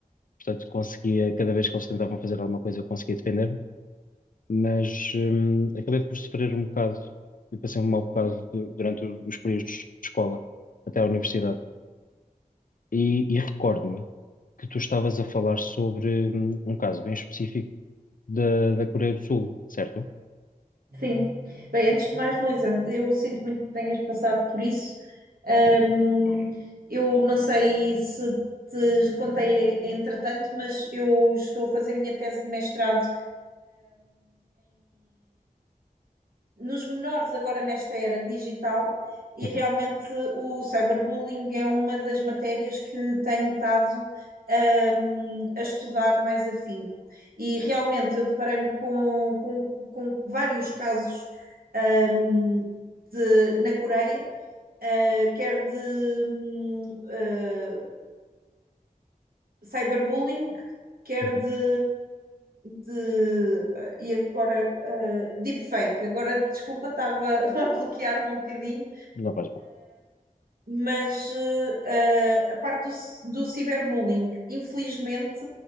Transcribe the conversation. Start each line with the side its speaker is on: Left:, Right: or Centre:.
Left: portanto, conseguia, cada vez que eles tentavam fazer alguma coisa, eu conseguia defender-me mas hum, acabei por sofrer um bocado. Eu passei um mau bocado du- durante o- os períodos de escola até à universidade. E, e recordo-me que tu estavas a falar sobre hum, um caso bem específico da, da Coreia do Sul, certo?
Right: sim. Bem, antes de mais, Luísa, eu sinto muito que tenhas passado por isso. Ahm,
Left: Obrigado.
Right: eu não sei se te contei entretanto, mas eu estou a fazer a minha tese de mestrado nos menores agora nesta era digital e
Left: Uhum,
Right: realmente o cyberbullying é uma das matérias que tenho estado hum, a estudar mais afinco. E realmente eu deparei-me com, com, com vários casos hum, de, na Coreia, uh, quer de hum, uh, cyberbullying, quer
Left: uhum.
Right: de, de e agora uh, deepfake. Agora, desculpa, estava <laughs> a bloquear-me um bocadinho,
Left: Não faz mal.
Right: mas uh, a parte do, do cyberbullying, infelizmente,